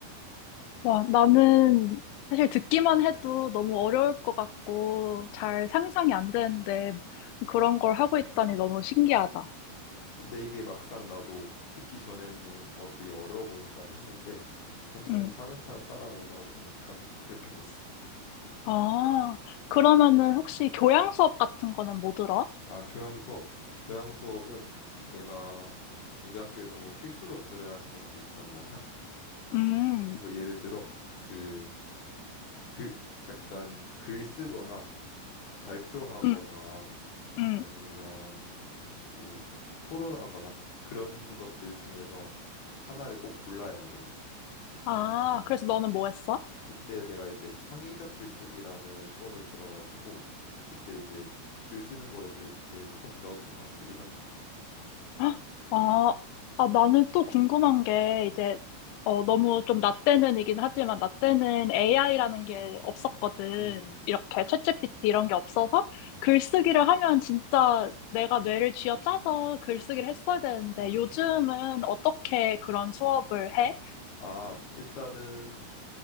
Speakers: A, on the left; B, on the left.
A: 와, 나는 사실 듣기만 해도 너무 어려울 것 같고
B: 음.
A: 잘 상상이 안 되는데 그런 걸 하고 있다니 너무 신기하다.
B: 근데 이게 막상 나도 듣기 전에는 어 되게 어려워 보인다 했는데 천천히
A: 음,
B: 차근차근 따라오다 보니까 이렇게 됐어.
A: 아, 그러면은 혹시 교양 수업 같은 거는 뭐 들어?
B: 아, 교양 수업. 교양 수업은 내가 우리 학교에서 뭐 필수로 들어야 하는 것들이 있단 말이야.
A: 음,
B: 그래서 예를 들어 그 글 약간 글 쓰거나 발표하거나
A: 음, 음.
B: 아니면 그 토론하거나 그런 것들 중에서 하나를 꼭 골라야 돼.
A: 아, 그래서
B: 뭐
A: 너는 뭐 했어?
B: 그때 내가 이제 창의적 글쓰기라는 수업을 들어가지고 그때 이제 글 쓰는 거에 대- 대해 조금 배웠던 것 같아. 1학년 때.
A: 헉, 아, 아, 나는 또 궁금한 게,
B: 음,
A: 이제, 어, 너무 좀 나 때는이긴 하지만, 나 때는
B: 음,
A: AI라는 게 없었거든.
B: 음,
A: 이렇게 챗 g 피티 이런 게 없어서,
B: 음,
A: 글쓰기를 하면 진짜 내가 뇌를 쥐어짜서 글쓰기를 했어야 되는데,
B: 음. 음.
A: 요즘은 어떻게 그런 수업을 해?
B: 아, 일단은